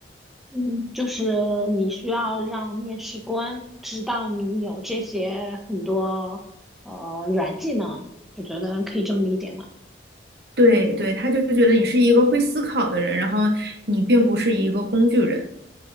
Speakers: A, in the centre; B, on the right (about 60°).
A: 嗯，就是你需要让面试官知道你有这些很多呃软技能，我觉得可以这么理解嘛。
B: 对对，他就觉得你是一个会思考的人，然后你并不是一个工具人。